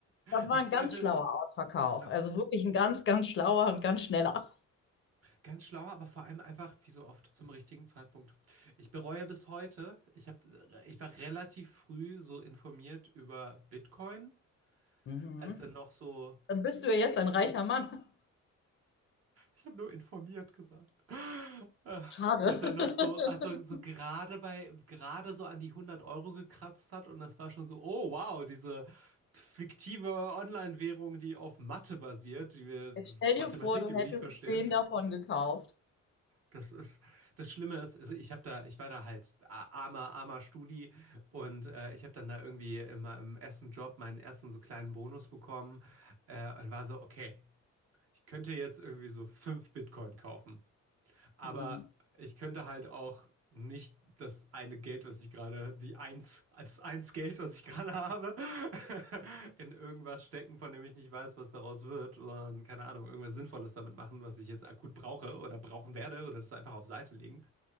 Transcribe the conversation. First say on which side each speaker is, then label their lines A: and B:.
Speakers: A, on the left (about 40°); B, on the right (about 50°).
A: das
B: <laughs>
A: war
B: im
A: ein
B: Zweifel,
A: ganz schlauer Ausverkauf.
B: ja,
A: Also wirklich ein ganz, ganz schlauer und ganz schneller.
B: ganz schlau, aber vor allem einfach, wie so oft, zum richtigen Zeitpunkt. Ich bereue bis heute, ich hab, äh, ich war relativ früh so informiert über Bitcoin,
A: Mhm.
B: als dann noch so,
A: Dann bist du ja jetzt ein reicher Mann.
B: ich habe nur informiert gesagt. Äh,
A: Schade.
B: Als
A: <laughs>
B: er noch so, als er so gerade bei, gerade so an die hundert Euro gekratzt hat und das war schon so, oh wow, diese fiktive Online-Währung, die auf Mathe basiert, die wir,
A: Jetzt stell
B: Mathematik,
A: dir vor, du
B: die
A: hättest
B: wir nicht verstehen.
A: zehn davon gekauft.
B: Das ist, das Schlimme ist, also ich habe da, ich war da halt a- armer, armer Studi und äh, ich habe dann da irgendwie immer im ersten Job meinen ersten so kleinen Bonus bekommen äh, und war so, okay, ich könnte jetzt irgendwie so fünf Bitcoin kaufen. Aber
A: Hm.
B: ich könnte halt auch nicht das eine Geld, was ich gerade, die eins, das eins Geld, was ich gerade habe, <laughs> in irgendwas stecken, von dem ich nicht weiß, was daraus wird, sondern keine Ahnung, irgendwas Sinnvolles damit machen, was ich jetzt akut brauche oder brauchen werde oder das einfach auf Seite legen.